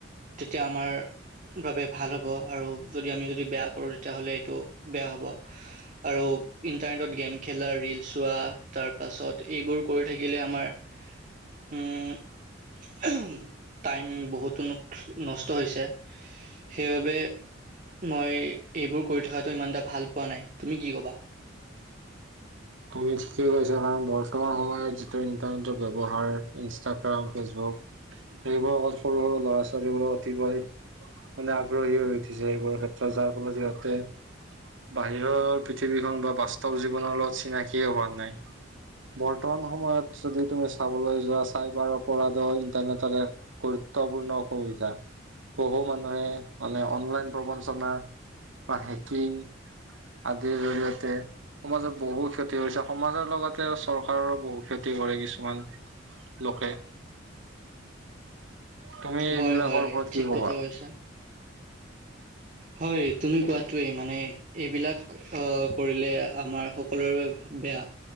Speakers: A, on the right; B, on the right.
A: তেতিয়া আমাৰ বাবে ভাল হ'ব আৰু যদি আমি যদি বেয়া কৰোঁ তেতিয়াহ'লে এইটো বেয়া হ'ব আৰু ইণ্টাৰনেটত গেম খেলা ৰীল চোৱা তাৰ পাছত এইবোৰ থাকিলে আমাৰ উ টাইম বহুতো নষ্ট হৈছে সেইবাবে মই এইবোৰ কৰি থকাটো ইমান এটা ভাল পোৱা নাই তুমি কি ক'বা
B: তুমি ঠিকেই কৈছা কাৰণ বৰ্তমান সময়ত যিটো ইন্টাৰনেটৰ ব্য্ৱহাৰ ইনষ্টাগ্ৰাম ফেচবুক সেইবোৰৰ লগত সৰু সৰু ল'ৰা ছোৱালীবোৰ অতিকৈ মানে আগ্ৰহী হৈ উঠিছে সেইবোৰৰ ক্ষেত্ৰত যাৰ ফলত সিহতে বাহিৰৰ পৃথিৱীখন বা তল জীৱনৰ লগত চিনাকি কিয় হোৱা নাই বৰ্তমান সময়ত যদি তুমি চাবলৈ যোৱা চাইবাৰৰপ ইণ্টাৰনেটৰ এক গুৰুত্বপূৰ্ণ অসুবিধা বহু মানুহে মানে অনলাইন প্ৰবঞ্চনা বা হেকিং আদিৰ জৰিয়তে সমাজত বহু ক্ষতি কৰিছে সমাজৰ লগতে চৰকাৰৰো বহু ক্ষতি কৰে কিছুমান লোকে তুমি এইবিলাকৰ
A: হয় হয়
B: ওপৰত
A: ঠিক
B: কি কবা
A: কথা কৈছা। হয়, তুমি কোৱাটোৱেই মানে এইবিলাক আ, কৰিলে আমাৰ সকলোৰে বাবে বেয়া